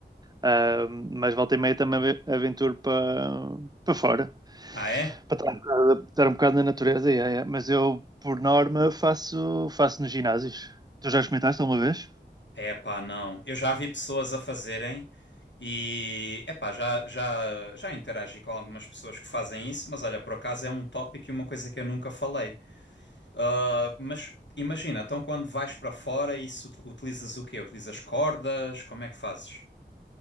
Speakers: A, on the right; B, on the left.
A: ah, mas volta e meia também ave- aventuro para para fora,
B: Ah, é?
A: para estar um bocado, estar um bocado na natureza. yeah, yeah. Mas eu, por norma, faço, faço nos ginásios. Tu já experimentaste alguma vez?
B: É Epá, não. Eu já vi pessoas a fazerem e. Epá, já, já, já interagi com algumas pessoas que fazem isso, mas olha, por acaso é um tópico e uma coisa que eu nunca falei. Ah, mas imagina, então quando vais para fora, isso ut- utilizas o quê? Utilizas cordas? Como é que fazes?